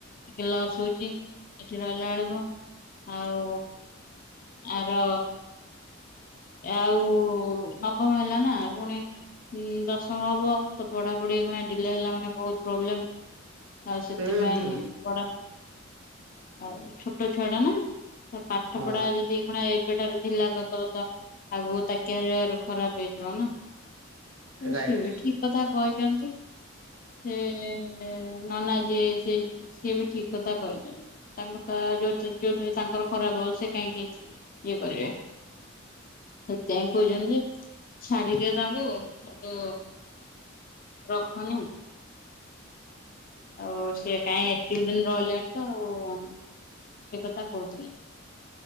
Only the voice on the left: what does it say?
ଟିକେ ଲସ୍ ହଉଚି ଏଠି ରହିଲା ବେଳକୁ। ଆଉ ଆର ଆଉ କୁ ନବମ ହେଲାନା ପୁଣି ଉଁ ଦଶମ ହବ ତ ପଢ଼ାପଢିଣା ଡିଲେ ହେଲା ମାନେ ବହୁତ ପ୍ରୋବ୍ଲେମ୍। ଆଉ ସେଥିପାଇଁ
ବଡ଼ ଆଉ ଛୋଟ ଛୁଆ ଟା ନା। ତ ପାଠ
ପଢା ଯଦି ଏଉଖୁଣା ଏବେଠାରୁ ଡ଼ିଲା କରିଦବ ତ ଆଗକୁ ତା କ୍ୟାରିୟର ଖରାପ୍ ହେଇଯିବ ନା
ସିଏବି ଠିକ୍ କଥା କହିଚନ୍ତି। ଏ ନନା ଯିଏ ସେ ସିଏବି ଠିକ୍ କଥା କହିଚନ୍ତି। ତାଙ୍କ ତା <unintelligible> ତାଙ୍କର ଖରାପ୍ ହଉ ସେ କାହିଁକି ଇଏ କରିବେ। ଦିଆଙ୍କେ କହୁଛନ୍ତି ଯେ ଛାଡିଦିଅ ତାଙ୍କୁ ଆଉ ର ଖନି ଆଉ ସିଏ କାଇଁ ଏତିକି ଦିନି ରହିଲାଣି ତ ଆଉ ସେ କଥା କହୁଥିଲେ।